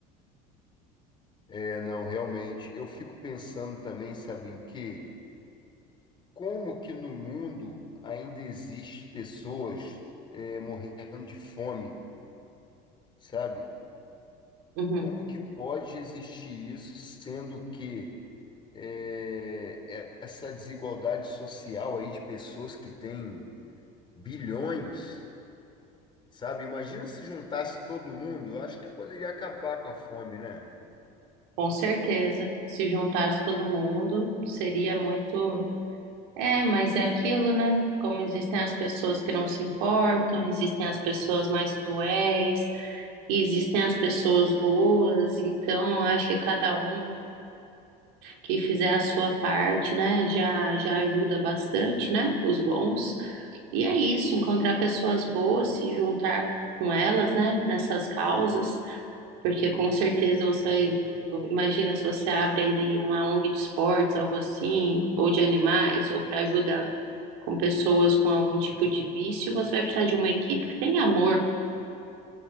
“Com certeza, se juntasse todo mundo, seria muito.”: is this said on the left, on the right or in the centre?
Right